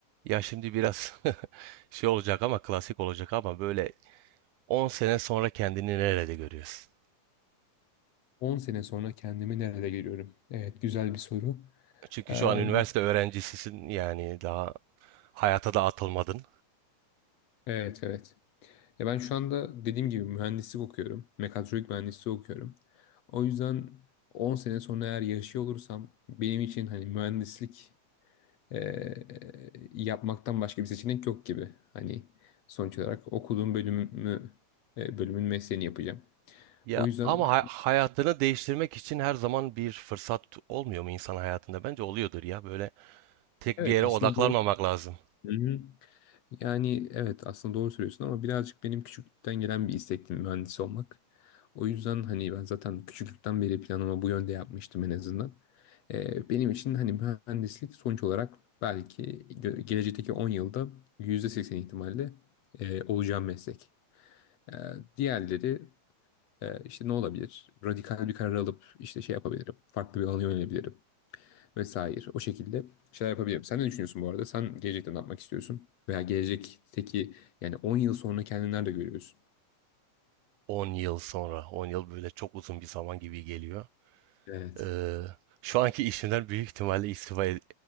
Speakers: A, on the right; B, on the left.
A: Ya şimdi biraz <laughs> şey olacak ama klasik olacak ama böyle 10 sene sonra kendini nerede görüyorsun?
B: 10 sene sonra kendimi nerede görüyorum? Evet, güzel bir soru.
A: Çünkü
B: Eee,
A: şu an üniversite öğrencisisin yani daha hayata da atılmadın.
B: evet, evet. Ya ben şu anda dediğim gibi mühendislik okuyorum. Mekatronik mühendisliği okuyorum. O yüzden 10 sene sonra eğer yaşıyor olursam benim için hani mühendislik eee, yapmaktan başka bir seçenek yok gibi. Hani sonuç olarak okuduğum bölümümü, e, bölümün mesleğini yapacağım.
A: Ya
B: O yüzden
A: ama hay- hayatını değiştirmek için her zaman bir fırsat olmuyor mu insan hayatında? Bence oluyordur ya böyle tek
B: evet
A: bir yere
B: aslında
A: odaklanmamak
B: doğru.
A: lazım.
B: Hı hı. Yani evet aslında doğru söylüyorsun ama birazcık benim küçüklükten gelen bir istekti mühendis olmak. O yüzden hani ben zaten küçüklükten beri planımı bu yönde yapmıştım en azından. Ee, benim için hani mühendislik sonuç olarak belki gö- gelecekteki 10 yılda %80 ihtimalle e, olacağım meslek. Ee, diğerleri e, işte ne olabilir? Radikal bir karar alıp işte şey yapabilirim. Farklı bir alana yönelebilirim vesaire. O şekilde şeyler yapabilirim. Sen ne düşünüyorsun bu arada? Sen gelecekte ne yapmak istiyorsun? Veya gelecekteki yani 10 yıl sonra kendini nerede görüyorsun?
A: 10 yıl sonra, 10 yıl böyle çok uzun bir zaman gibi geliyor.
B: Evet.
A: Ee, şu anki işimden büyük ihtimalle istifa e-